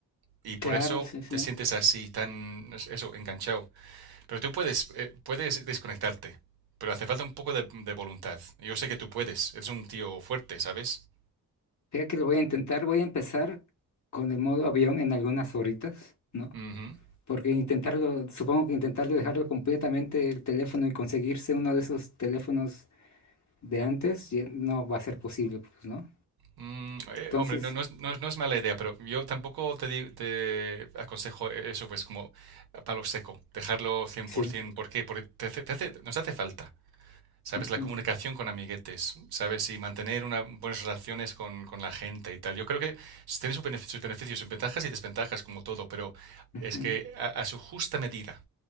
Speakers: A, on the right (about 80°); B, on the left (about 50°).
A: Y por
B: Claro,
A: eso
B: sí, sí.
A: te sientes así, tan, no sé, eso, enganchado. Pero tú puedes, eh, puedes desconectarte, pero hace falta un poco de, de voluntad. Yo sé que tú puedes, eres un tío fuerte, ¿sabes?
B: Fíjate que lo voy a intentar, voy a empezar con el modo avión en algunas horitas, ¿no?
A: Ujú.
B: Porque intentarlo, supongo que intentarlo dejarlo completamente el teléfono y conseguirse uno de esos teléfonos de antes ya no va a ser posible, pues, ¿no?
A: Mm, eh,
B: Entonces,
A: hombre, no, no es, no es- no es mala idea, pero yo tampoco te, di- te aconsejo eso, pues como a palo seco, dejarlo 100%.
B: sí.
A: ¿Por ciento. ¿Por qué? Porque te hace- te hace- nos hace falta. ¿Sabes?
B: ujú,
A: La comunicación con amiguetes, ¿sabes? Y mantener una, buenas relaciones con, con la gente y tal. Yo creo que tiene sus benefi- sus beneficios, sus ventajas y desventajas, como todo, pero
B: ujú,
A: es que a, a su justa medida,